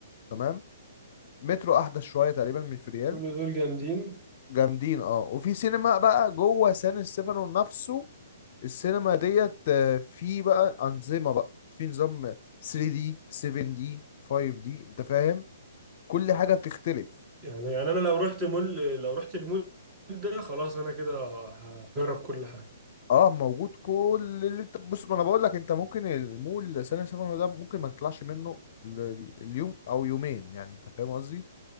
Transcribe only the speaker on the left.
تمام مترو احدث شويه تقريبا من في ريال
جامدين اه وفي سينما بقى جوه سان ستيفانو نفسه السينما ديت آه، في بقى انظمه بقى في نظام 3D 7D 5D انت فاهم كل حاجه بتختلف
اه موجود كل اللي انت بص ما انا بقول لك انت ممكن المول ثانية ثانوي ده ممكن ما تطلعش منه ال- ال- اليوم او يومين يعني انت فاهم قصدي